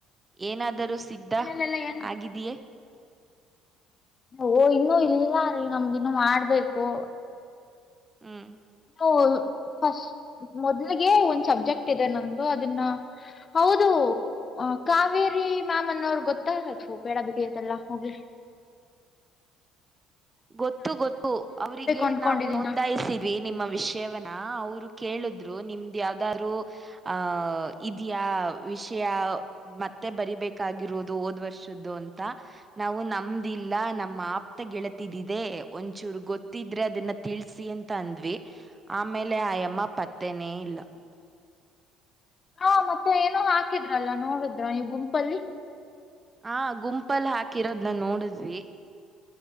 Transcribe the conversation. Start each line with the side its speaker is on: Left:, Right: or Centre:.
Right: ಏನಾದರೂ ಸಿದ್ಧ
Left: ಮನೇಲೆಲ್ಲ ಏನ್
Right: ಆಗಿದೆಯೇ
Left: ಓ ಇನ್ನುೂ ಇಲ್ಲ ರೀ ನಮ್ದಿನ್ನು ಮಾಡ್ಬೇಕು
Right: ಹ್ಮ್
Left: ಹ ಫಸ್ಟ್ ಮೊದ್ಲಿಗೆ ಒಂದ್ ಸಬ್ಜೆಕ್ಟ್ ಇದೆ ನಂದುಂದು ಅದನ್ನ ಹೌದು ಹ ಕಾವೇರಿ ಮ್ಯಾಮ ಅನ್ನೋರ ಗೊತ್ತ ಹತ ಬೇಡ ಬಿಡ ಅದೆಲ್ಲಾ ಹೋಗಿ <inaudible>
Right: ಗೊತ್ತು ಗೊತ್ತು ಅವರಿಗೆ
Left: ಅನ್ಕೊಂಡಿದೀನಿ
Right: ನಾವು ನೋಂದಾಯಿಸಿದ್ವಿ
Left: ನೋಡಿ.
Right: ನಿಮ್ಮ ವಿಷ ಶೇವನಾ ಅವ್ರು ಕೇಳಿರು ನಿಮ್ದ್ ಯಾವ್ದ ಆರು ಆ ಇದ್ಯಾ ವಿಷಯ ಮತ್ತೆ ಬರಿಬೇಕಾಗಿರುದು ಓದ್ ವರ್ಷದ್ದು ಅ ಅಂತ ನಾವು ನಮ ಲ್ಲ ನಮ್ಮ ಆಪ್ತ ಗೆಳತಿದಿದೆ ಒಂಚೂರ ಗೊತ್ತಿದ್ರೆ ಅದನ್ನ ತಿಳ್ಸಿ ಅಂತ ಅಂದ್ವಿ ಆಮೇಲೆ ಆಯಮ್ಮ ಪತ್ತೆನೇ ಇಲ್ಲ.
Left: ಹಾ ಮತ್ತ ಏನೋ ಹಾಕಿದ್ರಲ್ಲ ನೋಡದ್ರ ನೀವ್ ಗುಂಪಲ್ಲಿ
Right: ಹಾ ಗುಂಪಲ್ಲ ಹಾಕಿರೋದ ನ ನೋಡಿದ್ವಿ.